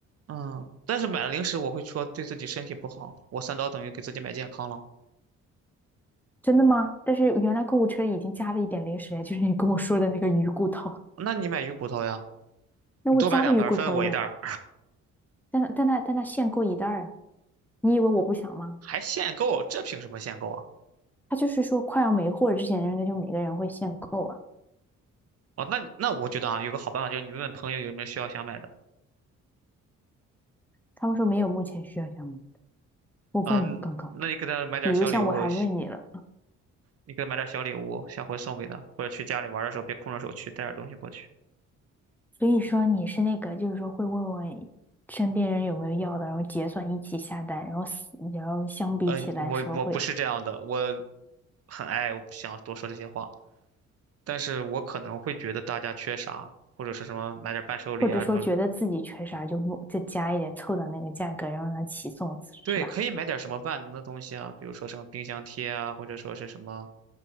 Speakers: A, on the right; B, in the centre.
A: 嗯，但是买了零食我会说对自己身体不好，我三刀等于给自己买健康了。
B: 真的吗？但是原来购物车里已经加了一点零食呀，就是你跟我说的那个鱼骨头，
A: 那你买鱼骨头呀，
B: <laughs> 那我加了鱼骨头了呀，
A: 你多买两袋儿分我一袋儿，
B: 但但它但它限购一袋啊，你以为我不想吗？
A: 还限购，这凭什么限购啊？
B: 他就是说快要没货之前，人家就每个人会限购啊。
A: 哦，那那我觉得啊，有个好办法就是你问问朋友有没有需要想买的，
B: 他们说没有目前需要项目，我问了刚刚，
A: 嗯，那你给他买点儿小礼物，
B: 比如像我还问你了，
A: 你给他买点小礼物，下回送给他，或者去家里玩的时候别空着手去，带点东西过去。
B: 所以说你是那个就是说会问问身边人有没有要的，然后结算一起下单，然后死然后相比起来说会，
A: 呃，我我不是这样的，我很爱，我不想多说这些话，但是我可能会觉得大家缺啥，或者是什么买点伴手礼啊什么，
B: 或者说觉得自己缺啥就不再加一点凑到那个价格，然后让它起送是吧？
A: 对，可以买点什么万能的东西啊，比如说什么冰箱贴啊，或者说是什么，